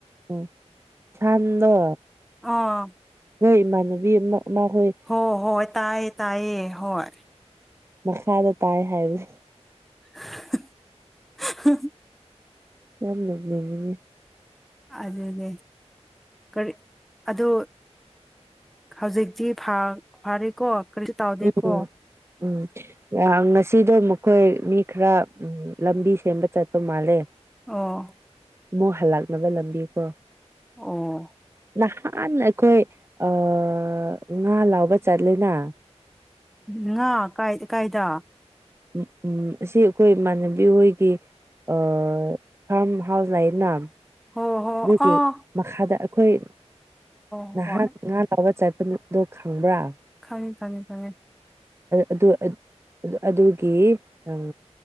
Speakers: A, on the right; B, in the centre.
A: ꯑꯣ ꯁꯥꯟꯗꯣ
B: ꯑꯥ
A: ꯈꯣꯏ ꯏꯃꯥꯟꯅꯕꯤ ꯑꯃ ꯏꯃꯥꯈꯣꯏ
B: ꯍꯣꯏ ꯍꯣꯏ ꯇꯥꯏꯌꯦ ꯇꯥꯏꯌꯦ ꯍꯣꯏ
A: ꯃꯈꯥꯗ ꯇꯥꯏ ꯍꯥꯏꯕꯅꯦ
B: <unintelligible>
A: <unintelligible>
B: ꯑꯗꯨꯅꯦ ꯀꯔꯤ ꯑꯗꯣ ꯍꯧꯖꯤꯛꯇꯤ ꯐꯥ ꯐꯥꯔꯦꯀꯣ ꯀꯔꯤꯁꯨ ꯇꯧꯗꯦꯀꯣ
A: ꯎꯝ ꯎꯝ ꯑꯥ ꯉꯁꯤꯗꯣ ꯃꯈꯣꯏ ꯃꯤ ꯈꯔ ꯂꯝꯕꯤ ꯁꯦꯝꯕ ꯆꯠꯄ ꯃꯥꯜꯂꯦ
B: ꯑꯣ
A: ꯃꯨꯛ ꯍꯜꯂꯛꯔꯒ ꯂꯝꯕꯤꯀꯣ
B: ꯑꯣ
A: ꯅꯍꯥꯟ ꯑꯩꯈꯣꯏ ꯑꯥ ꯉꯥ ꯂꯧꯕ ꯆꯠꯂꯦꯅ
B: ꯉꯥ ꯀꯥꯏ ꯀꯥꯏꯗ
A: ꯎꯝ ꯎꯝ ꯑꯁꯤ ꯑꯩꯈꯣꯏ ꯏꯃꯥꯟꯅꯕꯤ ꯍꯣꯏꯒꯤ ꯑꯥ ꯐꯥꯔꯝ ꯍꯥꯎꯁ ꯂꯩꯅ
B: ꯍꯣ ꯍꯣ
A: ꯑꯗꯨꯒꯤ
B: ꯑꯣ
A: ꯃꯈꯥꯗ ꯑꯩꯈꯣꯏ
B: ꯍꯣ
A: ꯅꯍꯥꯛ
B: ꯍꯣꯏ
A: ꯉꯥ ꯂꯧꯕ ꯆꯠꯄꯗꯣ ꯈꯪꯕ꯭ꯔꯥ
B: ꯈꯪꯉꯦ ꯈꯪꯉꯦ ꯈꯪꯉꯦ
A: ꯑꯗꯨ ꯑꯗꯨ ꯑꯗꯨꯒꯤ ꯎꯝ